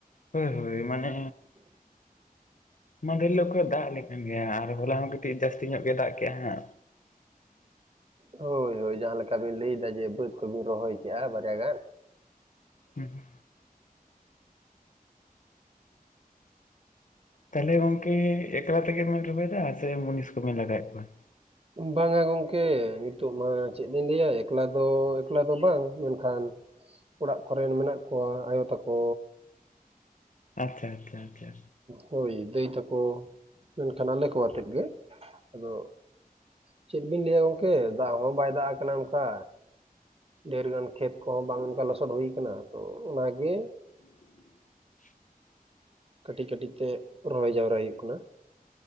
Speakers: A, on the left; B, on the right.
A: ᱦᱳᱭ ᱦᱳᱭ ᱢᱟᱱᱮ ᱢᱟᱸᱫᱷᱮᱨ ᱦᱤᱞᱚᱜ ᱠᱷᱚᱡ ᱫᱟᱜ ᱞᱮ ᱠᱟᱱ ᱜᱮᱭᱟ ᱟᱨ ᱦᱚᱞᱟ ᱦᱚᱸ ᱡᱟᱹᱥᱛᱤ ᱧᱚᱜ ᱜᱮ ᱫᱟᱜ ᱠᱮᱜᱼᱟ ᱦᱟᱸᱜ᱾
B: ᱦᱳᱭ ᱦᱳᱭ ᱡᱟᱦᱟᱸ ᱞᱮᱠᱟ ᱵᱤᱱ ᱞᱟᱹᱭᱮᱫᱟ ᱡᱮ ᱵᱟᱹᱫᱽ ᱠᱚᱵᱤᱱ ᱨᱚᱦᱚᱭ ᱠᱮᱜᱼᱟ ᱵᱟᱨᱭᱟ ᱜᱟᱱ᱾
A: ᱦᱮᱸ᱾ ᱛᱟᱦᱚᱞᱮ ᱜᱚᱝᱠᱮ ᱮᱠᱞᱟ ᱛᱮᱜᱮ ᱵᱮᱱ ᱨᱚᱦᱚᱭᱮᱫᱟ ᱥᱮ ᱢᱩᱱᱤᱥ ᱠᱚᱵᱮᱱ ᱞᱟᱜᱟᱣᱮᱫ ᱠᱚᱣᱟ?
B: ᱵᱟᱝᱟ ᱜᱚᱢᱠᱮ ᱱᱤᱛᱚᱜ ᱢᱟ ᱪᱮᱫ ᱞᱤᱧ ᱞᱟᱹᱭᱟ ᱮᱠᱞᱟ ᱫᱚ ᱮᱠᱞᱟ ᱫᱚ ᱵᱟᱝ ᱢᱮᱱᱠᱷᱟᱱ ᱚᱲᱟᱜ ᱠᱚᱨᱮᱱ ᱢᱮᱱᱟᱜ ᱠᱚᱣᱟ ᱟᱭᱳ ᱛᱟᱠᱚ᱾
A: ᱟᱪᱪᱷᱟ ᱟᱪᱪᱷᱟ ᱟᱪᱪᱷᱟ᱾
B: ᱦᱳᱭ ᱫᱟᱹᱭ ᱛᱟᱠᱚ, ᱢᱮᱱᱠᱷᱟᱱ ᱟᱞᱮ ᱠᱚ ᱟᱛᱮᱜ ᱜᱮ᱾ ᱟᱫᱚ ᱪᱮᱫ ᱵᱤᱱ ᱞᱟᱹᱭᱟ ᱜᱚᱝᱠᱮ ᱫᱟᱜ ᱦᱚᱸ ᱵᱟᱭ ᱫᱟᱜ ᱟᱠᱟᱱᱟ ᱚᱱᱠᱟ᱾ ᱰᱷᱮᱨ ᱜᱟᱱ ᱠᱷᱮᱛ ᱠᱚᱦᱚᱸ ᱵᱟᱝ ᱚᱱᱠᱟ ᱞᱚᱥᱚᱫ ᱦᱩᱭ ᱠᱟᱱᱟ ᱛᱚ ᱚᱱᱟᱜᱮ
A: <inaudible>
B: ᱠᱟᱹᱴᱤᱡ ᱠᱟᱹᱴᱤᱡ ᱛᱮ ᱨᱚᱦᱚᱭ ᱡᱟᱣᱨᱟ ᱦᱩᱭᱩᱜ ᱠᱟᱱᱟ᱾